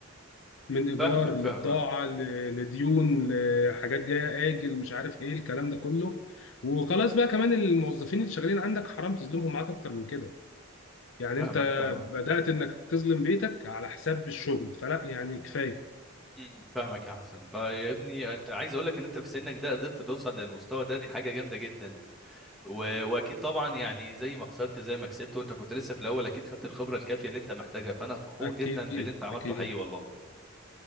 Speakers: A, on the left; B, in the centre.
A: من ايجار
B: فاهمك
A: لبضاعة
B: فاهمك
A: ل- لديون لحاجات جاية اجل مش عارف ايه الكلام ده كله وخلاص بقى كمان الموظفين اللي شغالين عندك حرام تظلمهم معاك اكتر من كده يعني
B: فاهمك
A: انت
B: فاهمك
A: بدأت انك تظلم بيتك على حساب الشغل فلا يعني كفاية
B: مم، فاهمك يا حسن فيا ابني انت عايز اقول لك ان انت في سنك ده قدرت توصل للمستوى ده دي حاجه جامده جدا و... واكيد طبعا يعني زي ما خسرت زي ما كسبت وانت كنت لسه في الاول اكيد خدت الخبره الكافيه اللي انت محتاجها فانا فخور
A: اكيد
B: جدا باللي انت عملته
A: اكيد
B: حقيقي والله